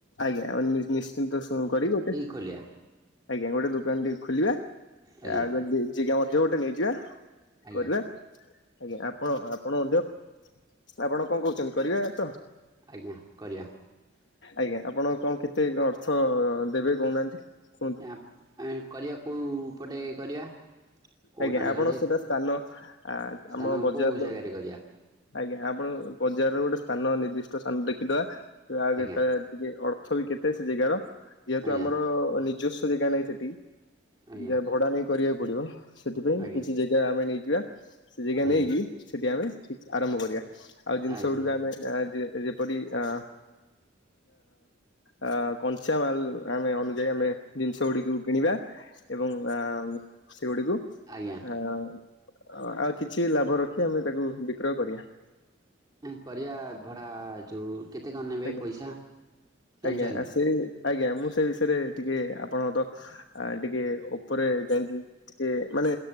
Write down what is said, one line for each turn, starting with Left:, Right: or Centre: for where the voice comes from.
Left: ଆଜ୍ଞା ଆମେ ନିଶ୍ଚିନ୍ତ ସୁଃ କରି ଗୋଟେ
Right: ଖୋଲିଆ।
Left: ଆଜ୍ଞା ଗୋଟେ ଦୋକାନ ଟେ ଖୋଲିବା
Right: ଆଜ୍ଞା
Left: ଆଉ ଜାଗା ମଧ୍ୟ ଗୋଟେ ନେଇଯିବା
Right: ଆଜ୍ଞା
Left: କରିବା ଆଜ୍ଞା ଆପଣ ଆପଣ ମଧ୍ଯ ଆପଣ କଣ କହୁଛନ୍ତି କରିବା ତ?
Right: ଆଜ୍ଞା କରିବା।
Left: ଆଜ୍ଞା ଆପଣ କଣ କେତେ ଅର୍ଥ ଦେବେ କହୁନାହାନ୍ତି? କୁହନ୍ତୁ
Right: ଆଁ ଆମେ କରିବା କୋଉ ପଟେ କରିବା? କୋଉ
Left: ଆଜ୍ଞା
Right: ଚଣ୍ଡିଖୋଲରେ
Left: ଆପଣ ସେଇଟା ସ୍ଥାନ ଆ
Right: ସ୍ଥାନ
Left: ଆମ ବଜାରରୁ
Right: କୋଉ ଜାଗାରେ କରିବା
Left: ଆଜ୍ଞା ଆପଣ ବଜାରର ଗୋଟେ ସ୍ଥାନ ନିର୍ଦ୍ଦିଷ୍ଟ ସ୍ଥାନ ଦେଖିଦବା
Right: ଆଜ୍ଞା
Left: କେ ଟିକେ ଅର୍ଥ ବି କେତେ ସେ ଜେଗାର ଯେହେତୁ
Right: ଆଜ୍ଞା
Left: ଆମର ନିଜସ୍ଵ ଜାଗା ନାହିଁ ସେଠି
Right: ଆଜ୍ଞା
Left: ଯା ଭଡା ନେଇ କରିବାକୁ ପଡିବ ସେଥିପାଇଁ
Right: ଆଜ୍ଞା
Left: କିଛି ଜାଗା ଆମେ ନେଇଯିବା। ସେ ଜାଗା
Right: ଆଜ୍ଞା
Left: ନେଇକି ସେଠି ଆମେ ଆରମ୍ଭ କରିବା ଆଉ ଜିନିଷ
Right: ଆଜ୍ଞା
Left: ଗୁଡ ଆମେ ଆ ଯେପରି ଆ ଆ କଞ୍ଚା ମାାଲ ଆମେ ଅନୁଯାୟୀ ଆମେ ଜିନିଷ ଗୁଡିକୁ କିଣିବା ଏବଂ ଆ ସେଗୁଡିକୁ
Right: ଆଜ୍ଞା
Left: ଆ ଆଉ କିଛି ଲାଭ ରଖି ଆମେ ତାକୁ ବିକ୍ରୟ କରିବା।
Right: କରିବା ଭଡା ଯୋଉ କେତେ କଣ ନେବେ
Left: ଆଜ୍ଞା।
Right: ପଇସା ଜାଣିଛନ୍ତି?
Left: ଆଜ୍ଞା ସେ ଆଜ୍ଞା ମୁଁ ସେ ବିଷୟରେ ଟିକେ ଆପଣଙ୍କ ସହିତ ଆ ଟିକେ ଉପରେ ଯାଇକି ଟିକେ ମାନେ